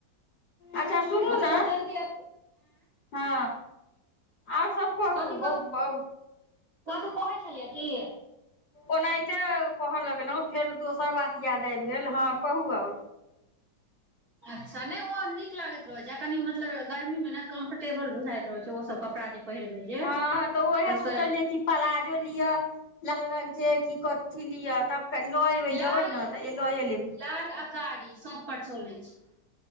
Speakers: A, on the left (about 75°); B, on the right (about 50°).
A: अच्छा सुनू
B: मतलब
A: न
B: ओ जल्दी आँ
A: हँ आओर सब कहू
B: कथी क
A: बहुत ब
B: कथु कहै छलियै कि
A: ओनाहिते कहऽ लगलहुँ फेर दोसर बात याद आइब गेल हँ कहू आऔर
B: अच्छा नय ओ नीक लागैत रहैत छै कनि मतलब गर्मी में ने कम्फर्टेबल बुझाइत रहैत छै ओसब कपड़ा जे पहिरबै जे
A: हँ तऽ ओ उएह
B: ओस
A: सोचलियै कि पलाजो लिअ लाल रंग के की कथी लिअ तब क लऽ एबै
B: लाल
A: जेबै ने तऽ ए लऽ ए लेबै
B: लाल कारी स पर चलय छै